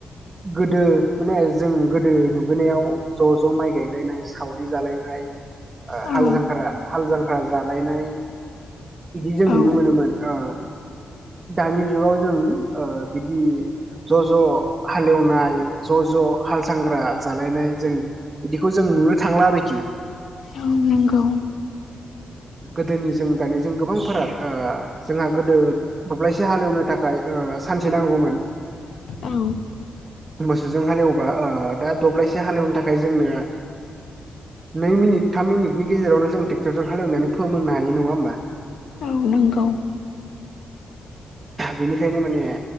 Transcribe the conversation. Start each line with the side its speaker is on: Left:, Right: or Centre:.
Right: गोदो माने जों गोदो नुबोनायाव ज' ज' माइ गायलायनाय सावरि जालायनाय ओ
Left: औ
Right: हाल जांख्रा जालायनाय बिदि जों नुनो
Left: औ
Right: मोनो मोन ओ दानि जुगाव जों ओ बिदि ज' ज' हालेवनाय ज' ज' हाल जांख्रा जालायनाय जों बिदिखौ जों नुनो थांला आरोखि।
Left: औ नंगौ।
Right: गोदोनि जों दानिजों गोबां फाराग ओ जोंहा गोदो दब्लायसे हालेवनो थाखाय ओ सानसे नांगौमोन।
Left: औ।
Right: मोसौजों हालेवबा ओ दा दब्लायसे हालेवनो थाखाय जोंनो नै मिनिट थाम मिनिटनि गेजेरावनो जों ट्रेक्टरजों हालेवनानै फोमोन हायो नङा होमबा!
Left: औ नोंगौ।
Right: बेनिखायनो माने